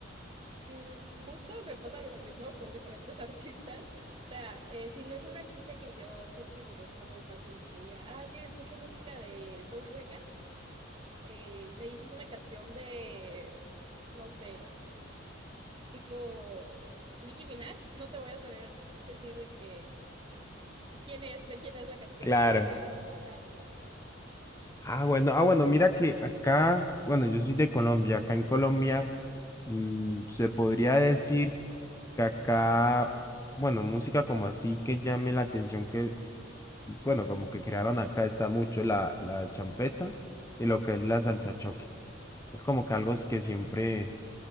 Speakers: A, on the right; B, on the left.
A: Mm, justo me pasa lo mismo con diferentes <laughs> artistas. O sea, eh, si no es un artista que yo sí reconozca muy fácil, que te diga, ah, sí, escucho música de Doja Cat, eh, y me dices una canción de, no sé, tipo Nicki Minaj, no te voy a saber decir de qué, quién es, de quién es la canción.
B: Claro.
A: Pero, ajá.
B: Ah, bueno, ah, bueno, mira que acá, bueno, yo soy de Colombia, acá en Colombia mm, se podría decir que acá, bueno, música como así que llame la atención que, bueno, como que crearon acá está mucho la, la champeta y lo que es la salsa choque. Es como que algo que siempre